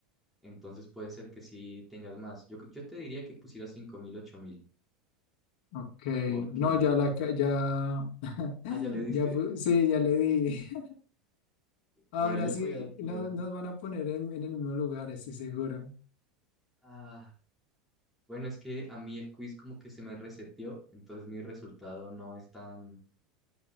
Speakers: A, in the centre; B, on the left (about 65°).
A: Entonces puede ser que sí tengas más. Yo, yo te diría que pusieras cinco mil ocho mil,
B: Ok.
A: porque...
B: No, ya la... ca- Ya... <laughs>
A: Ah, ¿ya le diste?
B: ya pu- sí, ya le di. <laughs> Ahora
A: Bueno, yo
B: sí,
A: le voy a dar que
B: no-
A: doy.
B: nos van a poner en, en el mismo lugar, estoy seguro.
A: Ah, bueno, es que a mí el quiz como que se me reseteó, entonces mi resultado no es tan,